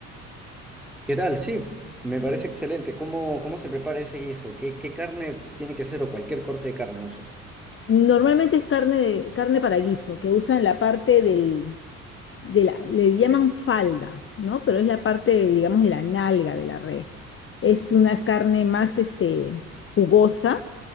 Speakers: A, in the centre; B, on the left.
A: ¿Qué tal? Sí, me parece excelente. ¿Cómo, cómo se prepara ese guiso? ¿Qué, qué carne tiene que ser o cualquier corte de carne uso?
B: Normalmente es carne, de, carne para guiso, que usan la parte del, de la, le llaman falda, ¿no? Pero es la parte, digamos, de la nalga de la res. Es una carne más, este, jugosa